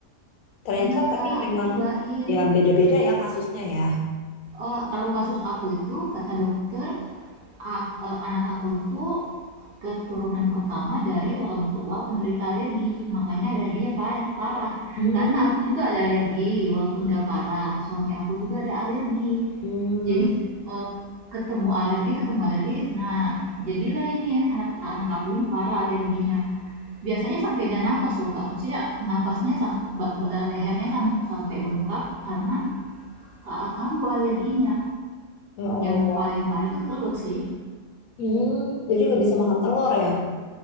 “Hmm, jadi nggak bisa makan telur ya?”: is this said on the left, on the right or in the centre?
Left